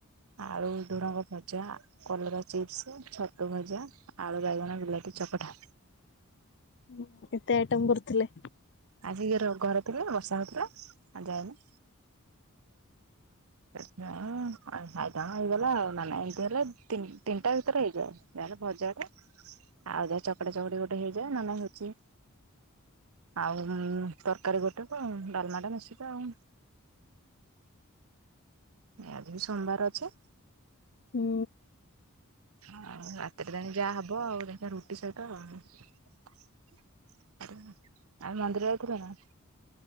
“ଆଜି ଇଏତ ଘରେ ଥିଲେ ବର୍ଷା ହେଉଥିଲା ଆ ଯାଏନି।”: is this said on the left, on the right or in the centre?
Right